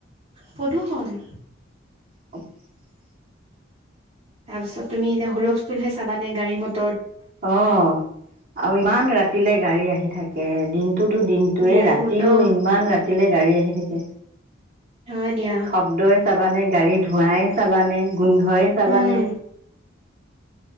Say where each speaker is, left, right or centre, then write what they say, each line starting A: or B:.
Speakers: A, on the right; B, on the right.
A: প্ৰদূষণ।
B: <unintelligible>
A: তাৰপিছত তুমি এতিয়া হুলস্থূল হে চাবা নে, গাড়ী-মট
B: অ' আৰু ইমান ৰাতিলে গাড়ী আহি থাক কেইদিন টোতু দিনটোয়ে
A: বহুত
B: ৰাতিও
A: অ
B: ইমান ৰাতি দিলে গাড়ী আহি থাকে।
A: হয় দিয়া
B: শব্দই চাবানে গাড়ী ধোঁৱাই চাবানে গোন্ধই চাবানে।
A: উম